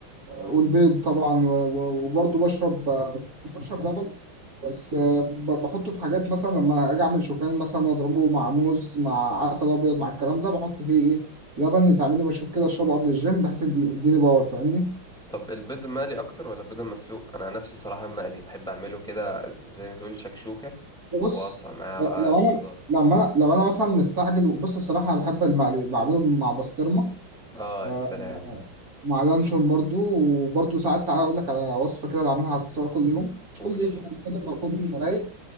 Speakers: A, on the right; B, in the centre.
A: والبيض طبعا و- و- وبرضه بشرب آه، مش بشرب لبن بس آه، ب- بحطه في حاجات مثلا لما أجي أعمل شوفان مثلا وأضربه مع موز مع عسل أبيض مع الكلام ده بحط فيه إيه لبن يتعمل لي مشروب كده أشربه قبل الجيم بحيث يدي- يديني باور فاهمني
B: طب البيض المقلي اكتر ولا البيض المسلوق انا عن نفسي صراحه المقلي بحب اعمله كده زي ما تقول شكشوكه
A: بص
B: واقطع معاها
A: ل-
B: بقى
A: لو
B: الخضار
A: انا لما انا لو انا مثلا مستعجل بص الصراحه انا بحب المقلي اللي بعمله مع بسطرمه
B: اه
A: آه،
B: السلام
A: مع لانشون برضو وبرضو ساعات تعالى اقول لك على وصفه كده بعملها على الفطار كل يوم
B: قول
A: مش كل يوم يعني كده لما اكون رايق